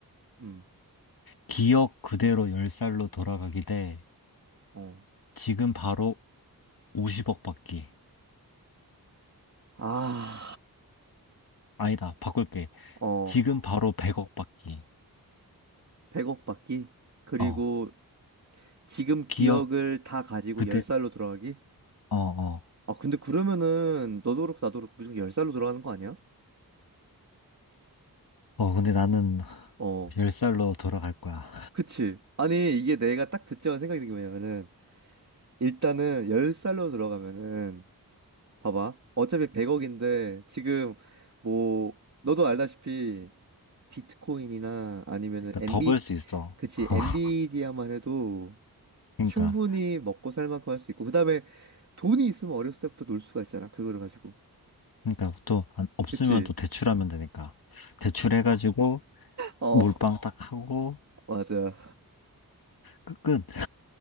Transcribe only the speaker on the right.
음,
어.
아,
어.
100억 받기 그리고
지금 기억을
다 가지고
10살로 돌아가기
아 근데 그러면은 너도 그렇고 나도 그렇고 무조건 10살로 돌아가는 거 아니야?
어
그치 아니 이게 내가 딱 듣자마자 생각이 든 게 뭐냐면은 일단은 10살로 돌아가면은 봐봐 어차피 100억인데 지금 뭐 너도 알다시피 비트코인이나 아니면은
엔비
그치
엔비디아만 해도
충분히 먹고 살 만큼 할 수 있고 그다음에 돈이 있으면 어렸을 때부터 놀 수가 있잖아. 그거를 가지고.
그치?
어,
맞아.